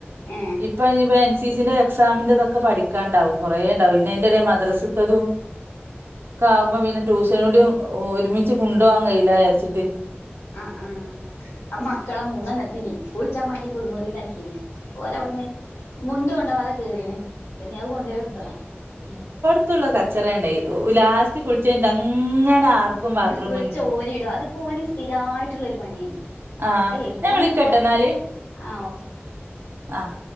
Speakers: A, on the left; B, on the right.
A: ഏഹ്
B: ഇപ്പ അയിനിപ്പം എൻ സി സിന്റെ എക്സാമിന്റതൊക്കെ പഠിക്കാണ്ടാവും കൊറേ ഇണ്ടാവും ഇ അയിൻ്റെടെ മദ്രസത്തതും ക്കെ ആവുമ്പോ പിന്നെ ട്യൂഷനൂടിയും ഒ ഒരുമിച്ച് കൊണ്ടോവാൻ കയ്യൂലാ വിചാരിച്ചിട്ട്
A: ആഹ് ആഹ് ആഹ് മക്കളെ മൂന്നെണ്ണത്തിനിം കുളിച്ചാമ്മാണ്ടി കുളിമുറിയിലാക്കി ക്കീന് ഓലവിടുന്ന് മുണ്ട് കൊണ്ടോവാതെ കേറീണ് പിന്നെ അത് കൊണ്ടോയി കൊടുത്തതാ ഉം
B: ത്ത്ള്ള കച്ചറാണെ ലാസ്റ്റ് കുളിച്ചഴിഞ്ഞിട്ട് അങ്ങനെ ആർക്കും ബാത്റൂം
A: ളിച്ചാ ഓരിടും അതിപ്പോന് സ്ഥിരായിട്ടുള്ള ഒരു പണിയായിന്
B: ആഹ്
A: അയ്യേ
B: ഞാൻ
A: ഓന്
B: വിളിക്കട്ടാന്നാല്
A: പൊറത്ത് ആഹ് ഓക്കെ
B: ആഹ്